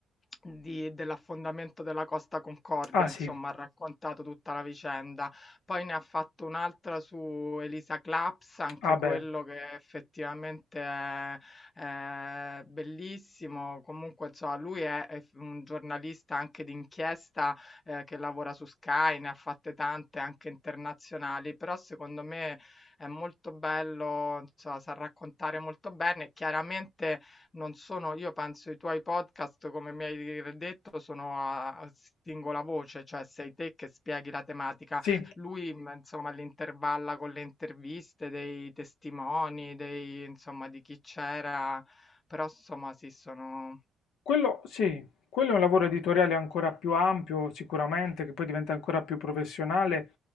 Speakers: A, on the left; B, on the left.
A: di- dell'affondamento della Costa Concordia,
B: Ah sì,
A: insomma, ha raccontato tutta la vicenda. Poi ne ha fatto un'altra su Elisa Claps, anche
B: ah
A: quello
B: beh,
A: che effettivamente è, è bellissimo. Comunque, insomma, lui è, è un giornalista anche d'inchiesta eh, che lavora su Sky, ne ha fatte tante anche internazionali, però secondo me è molto bello, insomma, sa raccontare molto bene. Chiaramente non sono io penso i tuoi podcast, come mi hai detto, sono a a singola voce, cioè sei te che spieghi la tematica.
B: sì,
A: Lui, mh, insomma, l'intervalla con le interviste dei testimoni, dei, insomma, di chi c'era, però, insomma, sì, sono...
B: Quello sì, quello è un lavoro editoriale ancora più ampio, sicuramente, che poi diventa ancora più professionale.